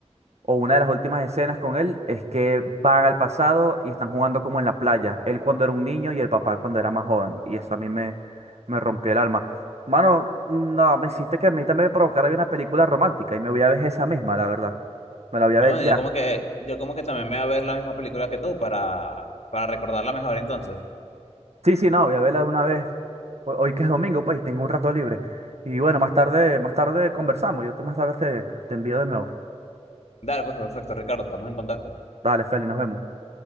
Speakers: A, on the right; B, on the left.
A: o una de las últimas escenas con él, es que van al pasado y están jugando como en la playa. Él cuando era un niño y el papá cuando era más joven. Y eso a mí me, me rompió el alma. Mano, no, me hiciste que a mí también me provocara ver una película romántica y me voy a ver esa misma, la verdad. Me la voy a
B: Ah,
A: ver
B: bueno,
A: ya.
B: yo como que, yo como que también me voy a ver la misma película que tú para, para recordarla mejor entonces.
A: Sí, sí, no, voy a verla de una vez. Ho- Hoy que es domingo, pues, y tengo un rato libre. Y bueno, más tarde, más tarde conversamos. Yo te más tarde te, te envío de nuevo.
B: Dale, pues perfecto, Ricardo, estamos en contacto.
A: Dale, Feli, nos vemos.